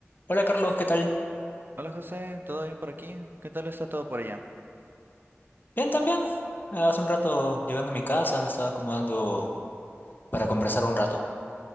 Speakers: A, on the left; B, on the right.
A: Hola Carlos, ¿qué tal?
B: Hola José, ¿todo bien por aquí? ¿Qué tal está todo por allá?
A: Bien, también. Hace un rato llegando a mi casa, me estaba acomodando para conversar un rato.